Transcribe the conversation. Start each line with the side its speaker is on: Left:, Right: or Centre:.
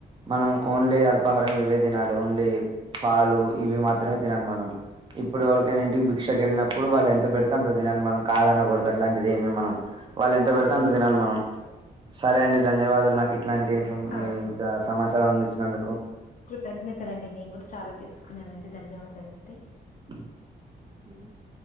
Right: మనం ఓన్లీ అల్పాహారం ఇవ్వే తినాలి ఓన్లీ పాలు ఇవి మాత్రమే తినాలి మనం ఇప్పుడు ఎవరికైనా ఇంటిబిక్షకు వెళ్ళినప్పుడు వాళ్ళు ఎంత పెడితే అంత తినాలే మనం కాదనకూడదు. అట్లాంటిది ఏమి మనం వాళ్ళు ఎంత పెడితే అంత తినాలి. మనం సరే అండి ధన్యవాదాలు నాకు ఇట్లాంటి ఉ ఉ
Left: ఆ
Right: ఇంత సమాచారం అందించినందుకు
Left: కృతజ్ఞతలు అండి నేను కూడా చాలా తెలుసుకున్నానండి ధన్యవాదాలు అండి
Right: <unintelligible>